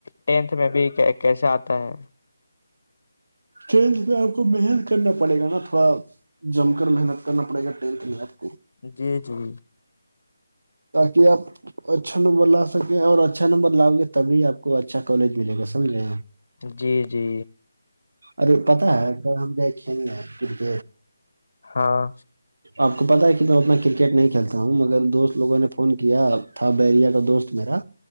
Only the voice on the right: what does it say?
کھیل میں آپ کو محنت کرنا پڑے گا نا تھوڑا جم کر محنت کرنا پڑے گا ٹیل کے ل کے
تاکہ آپ اچھا نمبر لا سکیں اور اچھا نمبر لاؤ گے تبھی آپ کو اچھا کالج ملے گا سمج لے
ارے پتا ہے ہم ل کیا نہیں ہے پ گ
آپ کو پتاہ ہے کہ میں اتنا کرکٹ نہیں کھیلتا ہوں مگر دوست لوگوں نے فون کیا تھا بیریا کا دوست میرا